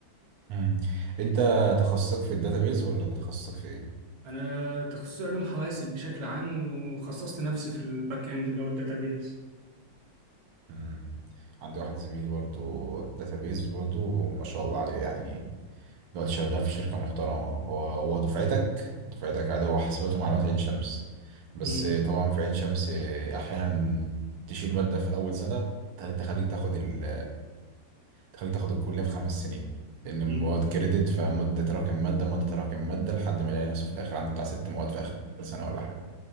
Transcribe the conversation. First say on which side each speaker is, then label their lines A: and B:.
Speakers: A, on the right (about 80°); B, on the right (about 45°).
A: مم. انت تخصصك في الداتابيز ولا تخصصك في ايه
B: انا تخصصي علوم حواسب بشكل عام وخصصت نفسي في الباك اند اللي هو الداتابيس
A: مم. عندي واحد زميلي برضو داتابيز برضو ما شاء الله عليه يعني دلوقتي شغال في شركة محترمة هو هو دفعتك دفعتك عادي هو حاسبات ومعلومات عين شمس بس
B: مم.
A: طبعا في عين شمس أحيانا تشيل مادة في أول سنة تخليك تخليك تاخد ال تخليك تاخد الكلية في خمس سنين لأن المواد
B: مم.
A: كريدت فمدة تراكم مادة مادة تراكم مادة لحد ما يلاقي نفسه في الآخر عنده بتاع ست مواد في آخر سنة ولا حاجة